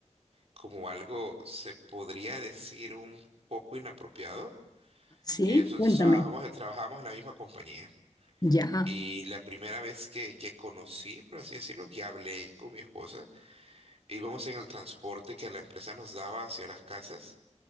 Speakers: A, on the right; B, on the left.
A: como algo, se podría decir, un poco inapropiado.
B: ¿Sí?
A: Eh, nosotros
B: Cuéntame.
A: trabajamos, trabajábamos en la misma compañía.
B: Ya,
A: Y la primera vez que, que conocí, por así decirlo, que hablé con mi esposa, íbamos en el transporte que la empresa nos daba hacia las casas